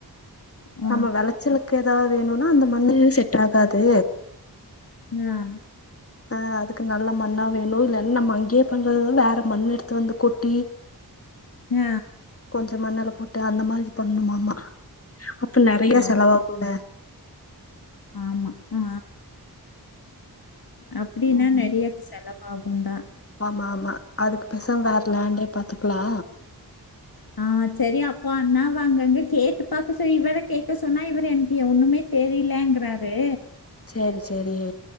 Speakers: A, on the left (about 65°); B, on the left (about 35°).
A: ஆ,
B: நம்ம வெளச்சலுக்கு எதா வேணுனா அந்த மண்ணு செட் ஆகாது
A: ம்
B: அ அதுக்கு நல்ல மண்ணா வேணு இல்ல நம்ம அங்கே பண்றது வேற மண்ணு எடுத்து வந்து கொட்டி <inaudible>
A: அ
B: கொஞ்ச மண் அல்ல போட்டு அந்த மாரி பண்ணுமாமா அப்ப நறைய
A: ஓ!
B: செலவாகுல்ல
A: ஆமா அ அப்டீன்னா
B: ம்
A: நறைய செல ஆகுந்தா
B: ஆமா ஆமா அதுக்கு பேசாம வேற லேண்டே பாத்துக்லா
A: ஆ சரி அப்போ அண்ணாவ அங்கங்க கேட்டு பாக்க சொய் இவர கேக்க சொன்னா இவரு எனக்கு ஒண்ணுமே தெரிலங்கறாரு
B: சேரி சேரி